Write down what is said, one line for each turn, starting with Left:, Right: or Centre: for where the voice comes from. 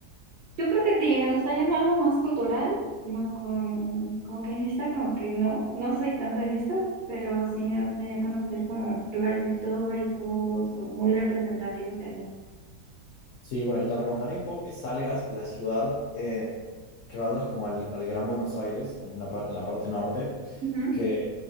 Right: Yo creo que sí, me gustaría más- algo más cultural, más con, como que fiesta, como que no, no soy tanto de fiestas, pero sí me gustaría conocer como lugares históricos o muy representativos de allá.
Left: Sí, bueno, y te recomendaría un poco que salgas de la ciudad, eh, que vayas como al, al Gran Buenos Aires, en, una par- en la parte norte,
Right: Ujú,
Left: que